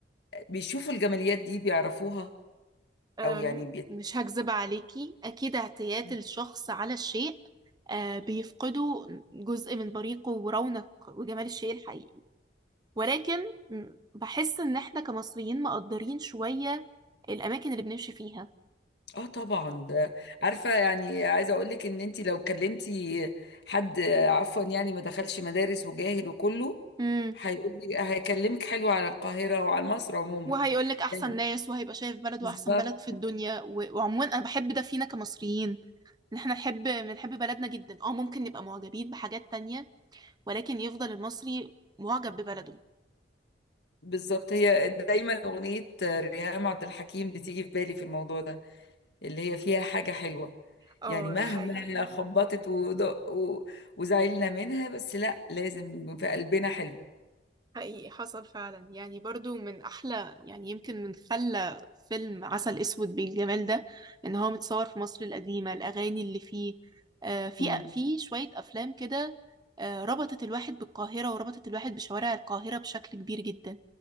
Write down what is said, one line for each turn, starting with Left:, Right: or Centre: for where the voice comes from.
Left: بيشوفوا الجماليات دي بيعرفوها
Right: أم،
Left: أو يعني
Right: مش هكذب عليكي أكيد اعتياد
Left: بيتدخلوا
Right: الشخص على الشيء آه، بيفقده جزء من بريقه ورونق وجمال الشيء الحقيقي ولكن م، بحس إن إحنا كمصريين مقدرين شوية الأماكن اللي بنمشي فيها
Left: اه طبعا ده عارفه يعني عايزه اقول لك ان انت لو كلمتي حد عفوا يعني ما دخلش مدارس وجاهل وكله
Right: امم
Left: هيقول لي هيكلمك حلو على القاهره وعلى مصر عموما
Right: وهيقولك أحسن
Left: يعني
Right: ناس وهيبقى شايف بلده
Left: بالظبط
Right: أحسن بلد في الدنيا و- وعموما أنا بحب ده فينا كمصريين ان احنا نحب بنحب بلدنا جدا اه ممكن نبقى معجبين بحاجات تانية ولكن يفضل المصري معجب ببلده
Left: بالظبط هي دايما اغنيه ريهام عبد الحكيم بتيجي في بالي في الموضوع ده اللي هي فيها حاجه حلوه
Right: اه
Left: يعني مهما
Right: ده حقيقي
Left: خبطت ودق- و- وزعلنا منها بس لا لازم في قلبنا حلو
Right: حقيقي حصل فعلا يعني برضو من احلى يعني يمكن من خلى فيلم عسل اسود بالجمال ده ان هو متصور في مصر القديمة الاغاني اللي فيه آه في
Left: مم.
Right: في شوية افلام كده آه ربطت الواحد بالقاهرة وربطت الواحد بشوارع القاهرة بشكل كبير جدا